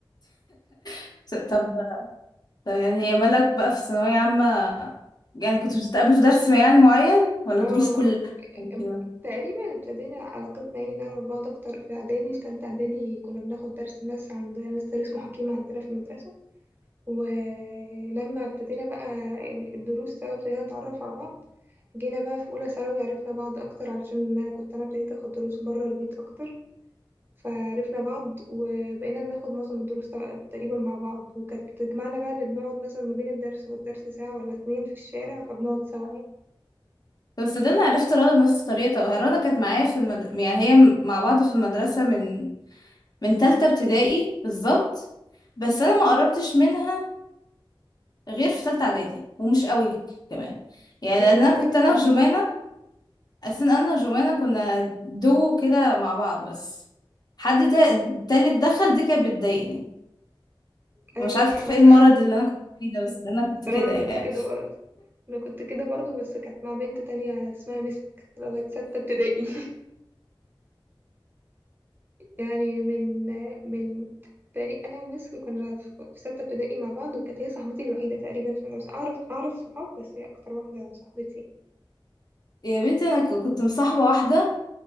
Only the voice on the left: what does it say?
<laughs> طب طب يعني هي مالك بقى في ثانوية عامة يعني كنتوا بتتقابلوا في درس يعني معين ولا
دروس كلها أو كده
طب صدقني عرفت رنا بنفس الطريقة طب رنا كانت معايا في المد... يعني هي م- مع بعض في المدرسة من من تالتة ابتدائي بالظبط بس انا ما قربتش منها غير في تالتة اعدادي ومش قوي كمان يعني
لان
انا كنت انا وجمانة اساسا انا وجمانة كنا دو كده مع بعض بس حد تا- تالت دخل دي كانت بتضايقني
مش عارفة
ايه المرض اللي انا كنت فيه ده بس انا كنت
كده
يعني
يا بنتي انا ك- كنت مصاحبة واحدة